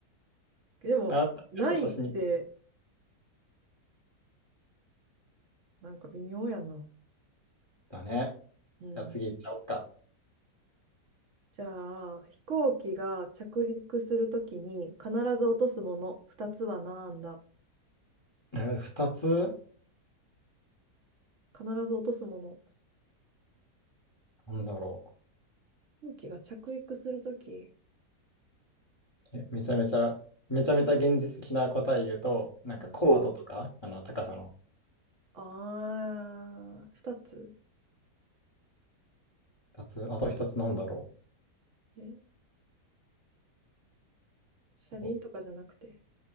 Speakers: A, on the left (about 35°); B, on the right (about 55°).
A: <laughs>
B: でも、
A: あ、
B: ないって、
A: ちょっとしにくい
B: なんか微妙やな。
A: だね。
B: うん。
A: じゃあ次行っちゃおうか。
B: じゃあ、飛行機が着陸するときに必ず落とすもの、二つはなんだ
A: えー、二つ
B: 必ず落とすもの。
A: なんだろ
B: 飛行機が着陸するとき、
A: う。え、めちゃめちゃ、めちゃめちゃ現実的な答え言うと、なんか高度とか、
B: うん
A: あの高さの
B: ああ、二つ
A: 二つ、あと一つなんだろ
B: え、車輪とかじゃなくて、
A: う。